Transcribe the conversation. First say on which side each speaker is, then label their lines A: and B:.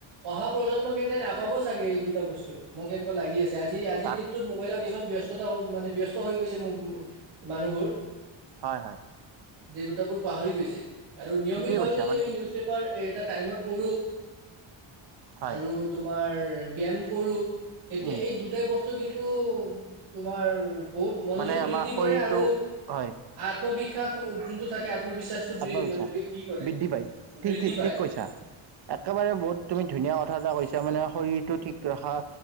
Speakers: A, on the right; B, on the right.
A: অহা প্ৰজন্মক এইটাই নাপাব চাগে এই দুটা বস্তু মোক এনেকুৱা লাগি আছে আজি আজিৰ
B: তাক
A: দিনটোত মোবাইলত ইমান ব্যস্ততা মানে ব্যস্ত হৈ গৈছে মানুহবোৰ
B: হয় হয়
A: যে দুটাবোৰ পাহৰি গৈছে আৰু নিয়মিতভাৱে
B: ঠিকেই কৈছা
A: যদি
B: মানে
A: আমি নিউজ পেপাৰ এ তাত টাইমত পঢ়ো
B: হয়
A: আৰু তোমাৰ ব্যয়াম কৰো তেতিয়া
B: উম
A: এই দুটাই বস্তু কিন্তু তোমাৰ বহুত মনোযোগ
B: মানে
A: বৃদ্ধি
B: আমাৰ শৰীৰটো
A: কৰে আৰু
B: হয়
A: আত্মবিশ্বাস যোনটো থাকে আত্মবিশ্বাসটো
B: আত্মবিশ্বাস
A: মানে ই কৰে
B: বৃদ্ধি পায় ঠিক
A: বৃদ্ধি
B: ঠিক
A: পায়
B: ঠিক কৈছা একেবাৰে বহুত তুমি ধুনীয়া কথা এটা কৈছা মানে শৰীৰটো ঠিক ৰখাৰ